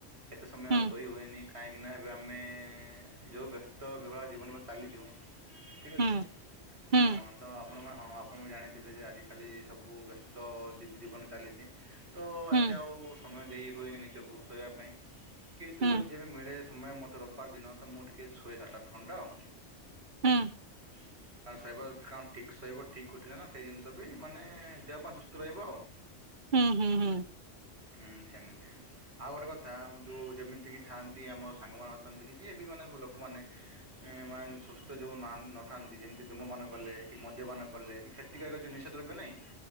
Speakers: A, on the right; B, on the right.
A: ଏତେ ସମୟ
B: ହୁଁ
A: ଆଉ ଶୋଇ ହୁଏନି କାହିଁକିନା ଏବେ ଆମେ ଯେଉଁ ବ୍ୟସ୍ତ ବିହୁଳା ଜୀବନ। କାଲି ଯିମୁ ଠିକ୍ ଅଛି
B: ହୁଁ ହୁଁ
A: ହଁ ତ ଆପଣଙ୍କର ହଁ ଆପଣ ବି ଜାଣିଥିବେ ଯେ ଆଜିକାଲି ସବୁ ବ୍ୟସ୍ତ ଜୀବି ଜୀବନ ଚାଲିଛି। ତ
B: ହୁଁ
A: ଏତେ ଆଉ ସମୟ ଦେଇ ହୁଏନି ନିଜକୁ ଶୋଇବା ପାଇଁ। କିନ୍ତୁ
B: ହୁଁ
A: ଯଦି ଯେବେ ମିଳେ ସମୟ ମୋତେ ରବିବାର ଦିନ ତ ମୁଁ ଟିକିଏ ଶୁଏ ସାତ ଆଠ ଘଣ୍ଟ ଆଉ।
B: ହୁଁ
A: ହୁଁ କାର ଶୋଇବ କାଣ ଠିକ୍ ଶୋଇବ ଠିକ୍ ଗ ଉଠିଲେନା ସେଇ ଜିନିଷ ବି ମାନେ ଦେହ ପାଇଁ ସୁସ୍ଥ ରହିବ ଆଉ ହୁଁ।
B: ହୁଁ ହୁଁ ହୁଁ
A: ହୁଁ ସେମିତି। ଆଉ ଗୋଟେ କଥା ଯୋ ଯେମିତିକି ଥାଆନ୍ତି ଆମର ସାଙ୍ଗମାନେ ଅଛନ୍ତି କି ଯିଏବି ମାନେ ଲୋକମାନେ ଏମାନେ ସୁସ୍ଥ ଯୋଉ ମାନେ ନଥାନ୍ତି ଯେମିତି ଧୂମପାନ କଲେ କି ମଦ୍ୟପାନ କଲେ କି? କ୍ଷତିକାର ଯୋ ନିଶା ଦ୍ରବ୍ୟ ନାଇଁ